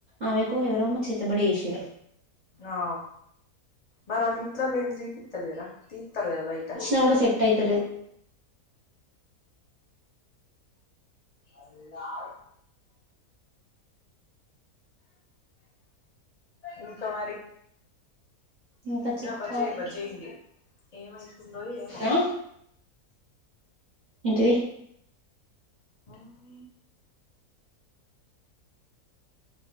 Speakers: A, on the right; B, on the left.
A: ఆమెకు ఎవరెమో చేతబడి చేశింర్రు.
B: ఆ మరి ఆళ్ళ ఇంట్లోల్లు ఏం చేపిత్తలేరా తిత్తరు కదా బయట.
A: నకూడా సెట్ అయితలేదు.
B: అదద ఆ ఇంక మరి.
A: ఇంకా
B: ఇగ
A: చెప్పాలి
B: బజే బజే ఇంగే ఏమైతుందో ఏమో.
A: ఆ ఏంటిది?
B: హ్